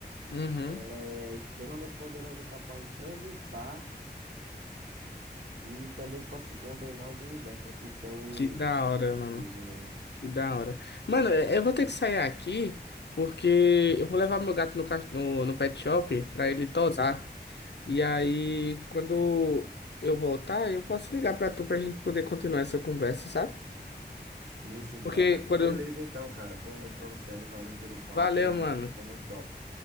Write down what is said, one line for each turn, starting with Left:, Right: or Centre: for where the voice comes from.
Left: Uhum.
Right: Ela é extremamente poderosa, capaz de transitar e também, tipo assim, condenar os universos, né? Por isso que é o
Left: Que da hora,
Right: o juiz,
Left: mano.
Right: é.
Left: Que da hora. Mano, eu eu vou ter que sair aqui, porque eu vou levar meu gato no, cach- no, no pet shop pra ele tosar. E aí, quando eu voltar, eu posso ligar pra tu pra gente poder continuar essa conversa, sabe?
Right: Sim, sim,
Left: Porque
Right: cara.
Left: quando.
Right: Beleza, então, cara. Boa noite pra você aí. Valeu pelo papo,
Left: Valeu,
Right: realmente
Left: mano.
Right: foi muito top.